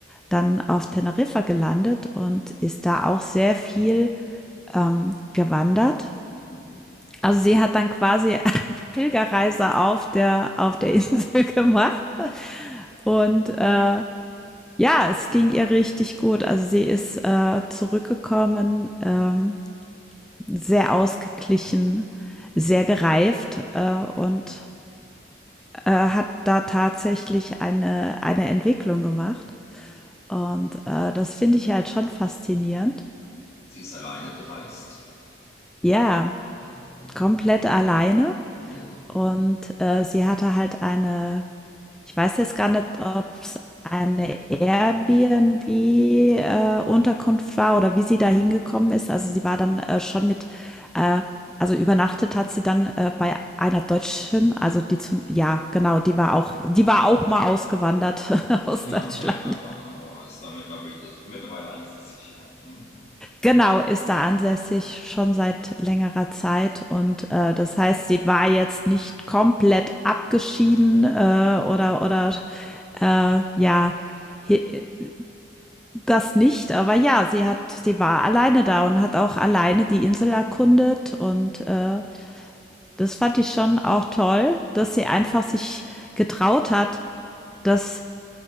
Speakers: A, in the centre; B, on the left.
A: dann auf Teneriffa gelandet und
B: Mhm.
A: ist da auch sehr viel ähm, gewandert.
B: Mhm.
A: Also sie hat dann quasi <laughs> eine Pilgerreise auf der auf der Insel gemacht und äh, ja, es ging ihr richtig gut. Also sie ist äh, zurückgekommen ähm, sehr ausgeglichen, sehr gereift äh, und
B: Mhm.
A: äh, hat da tatsächlich eine, eine Entwicklung gemacht. Und äh, das finde ich halt schon faszinierend.
B: Sie ist alleine gereist.
A: Ja,
B: Ah, Mhm.
A: komplett alleine.
B: Ja.
A: Und äh, sie hatte halt eine Ich weiß jetzt gar nicht, ob es eine Airbnb, äh, Unterkunft war oder wie sie da hingekommen ist. Also, sie war dann, äh, schon mit äh, also, übernachtet hat sie dann, äh, bei einer Deutschen, also, die zum ja, genau, die war auch die war auch mal ausgewandert <laughs> aus
B: Na,
A: Deutschland.
B: Okay, aber, aber ist da mittlerweile, mittlerweile ansässig, ja. Mhm.
A: Genau, ist da ansässig schon seit längerer Zeit und, äh, das heißt, sie war jetzt nicht komplett abgeschieden, äh,
B: Mhm.
A: oder oder, äh, ja, he das nicht, aber ja, sie hat, sie war alleine da und hat auch alleine die Insel erkundet und äh, das fand ich schon auch toll, dass sie einfach sich getraut hat, das